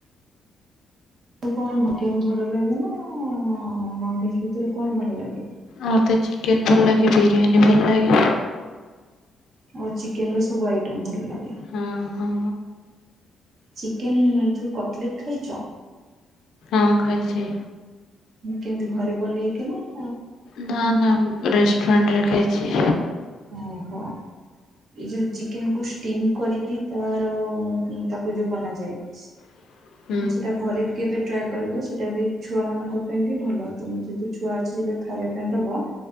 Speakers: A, on the right (about 55°); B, on the left (about 75°).
A: କଣ ଭକନ୍ ଭଲ ଲାଗେ ନା ନନଭେଜ୍ ଭିତରେ କଣ ଭଲ ଲାଗେ?
B: ମତେ ଚିକେନ୍ ଭଲ ଲାଗେ ବିରିୟାନୀ ଭଲ ଲାଗେ।
A: ଆଉ ଚିକେନ୍ ରେ ସବୁ ଆଇଟମ୍ ଭଲ ଲାଗେ।
B: ହଁ ହଁ।
A: ଚିକେନେ୍ ଯୋଉ କଟ୍ ଲେଟ୍ ଖାଇଚ?
B: ହଁ ଖା ଇଛି।
A: ହୁଁ କେମିତି ଘରେକୁ ନେଇକି ନାଁ?
B: ନା ନା ରେଷ୍ଟୁରାଣ୍ଟ ରେ ଖାଇଛି।
A: ଓହୋ। ଏଇ ଯୋଉ ଚିକେନେ କୁ ଷ୍ଟିମ୍ କରିକି ତାର ତାକୁ ଯୋଉ ବନାଯାଏ। <inaudible>
B: <inaudible>
A: ସେଟା ଘରେ ବି କେବେ ଟ୍ରାଏ କରିବ ସେଇଟା ବି ଛୁଆ ମାନଙ୍କ ପାଇଁ ବି ଭଲ। ଛୁଆ ଅଛି ଯଦି ଖାଇବା ପାଇଁ ଦବ